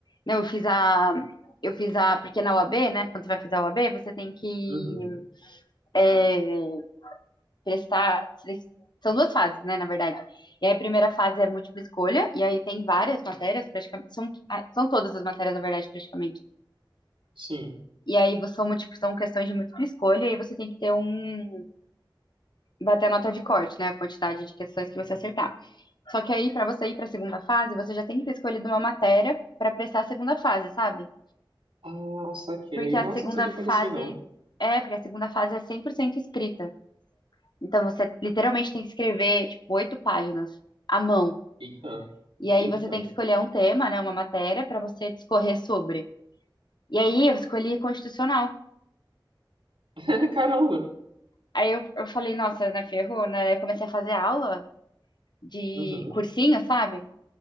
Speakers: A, on the left; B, on the right.
A: Não, eu fiz a. Eu fiz a. Porque na UAB, né? Quando você vai fazer a UAB, você tem que.
B: Uhum,
A: é, prestar. São duas fases, né, na verdade. E aí a primeira fase é múltipla escolha, e aí tem várias matérias, praticamente. São, ah, são todas as matérias, na verdade, praticamente.
B: sim.
A: E aí são, múltipla- são questões de múltipla escolha, e aí você tem que ter um. bater a nota de corte, né? A quantidade de questões que você acertar. Só que aí, para você ir para a segunda fase, você já tem que ter escolhido uma matéria para prestar a segunda fase, sabe?
B: Ah, saquei.
A: Porque a
B: Nossa,
A: segunda
B: não sabia
A: fase.
B: que era assim, não.
A: É, porque a segunda fase é 100% escrita. Então você literalmente tem que escrever, tipo, oito páginas à mão.
B: Eita.
A: E aí
B: Eita.
A: você tem que escolher um tema, né, uma matéria para você discorrer sobre. E aí eu escolhi constitucional.
B: <laughs> Caramba.
A: Aí eu, eu falei, nossa, né, ferrou, né? Aí Eu comecei a fazer aula de
B: Uhum,
A: cursinho, sabe?